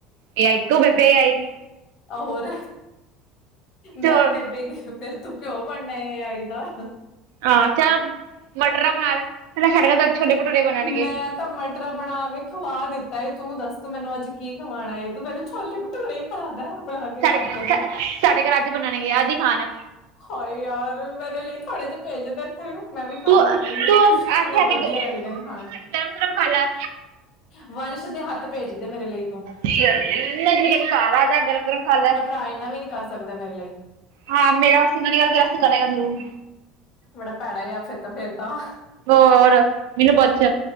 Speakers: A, on the right; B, on the left.
A: ਏ ਆਈ ਤੂੰ, ਬੇਬੇ ਏ ਆਈ ਦੀ।
B: ਆ ਹੋਰ, ਮੈਂ
A: ਚੋਲ
B: ਬੇਬੇ ਅ ਫੇਰ ਤੂੰ! ਪਿਉਅ ਬਣਨਾ, ਏ ਆਈ ਦਾ।
A: ਹਾਂ ਚੱਲ ਮਟਰਾ ਬਣਾ ਲੇਹ, ਹਲਾ ਸਾਡੇ ਘਰ ਤਾਂ ਕਲ ਛੋਲੇ-ਭਟੂਰੇ ਬਣਨਗੇ।
B: ਮੈਂ ਤਾਂ ਮਟਰਾ ਬਣਾ ਕੇ ਖਵਾ ਦਿੱਤਾ ਏ, ਤੂੰ ਦੱਸ ਤੂੰ ਮੈਨੂੰ ਅੱਜ ਕੀ ਖਵਾਣਾ ਏ? ਤੂੰ ਮੇਰੇ ਛੋਲੇ- ਭੁਟ ਰੇ ਖਲਾ ਦਾ ਬਣਾ ਕੇ,
A: ਸਾਡੇ
B: ਮਰਜਾ ਤੂੰ!
A: ਸਾਡੇ ਘਰ ਅੱਜ ਬਣਨਗੇ ਅੱਜ ਹੀ ਖਾਣ
B: ਹਾਏ ਯਾਰ! ਮੇਰੇ ਲਈ ਥੋੜੇ ਜਿਹੇ ਭੈਜਦੇ ਇੱਥੇ, ਮੈਂ ਵੀ ਖਾ
A: ਤੂੰ
B: ਲਵਾਂਗੀ।
A: ਤੂੰ ਇੱਥੇ ਆ ਕੇ
B: ਵਦੀਆਂ
A: ਗਰਮ
B: ਲੱਗਦੇ ਨੇ, ਖਾਣ 'ਚ
A: ਗਰਮ ਖਾ ਲੈ
B: ਵੰਸ਼ ਦੇ ਹੱਥ ਭੇਜ ਦੇ, ਮੇਰੇ ਲਈ ਤੂੰ।
A: <unintelligible> ਘਰ ਆ ਜਾ, ਗਰਮ ਗਰਮ ਖਾ ਲੈ।
B: ਹਾਏ! ਇੰਨਾ ਵੀ ਨੀ ਕਰ ਸਕਦੈ, ਮੇਰੇ ਲਈ।
A: ਹਾਂ, ਮੇਰੇ ਵਾਸਤੇ ਤਾਂ ਨੀ ਕਰਕੇ, ਤੇਰੇ ਵਸਤੇ ਕਰੇਗਾ ਜ਼ਰੂਰ।
B: ਬੜਾ ਭੈੜਾ ਆ ਫਿਰ ਤਾਂ ਫੇਰ ਤਾਂ
A: ਹੋਰ, ਮੈਨੂੰ ਪੁੱਛ।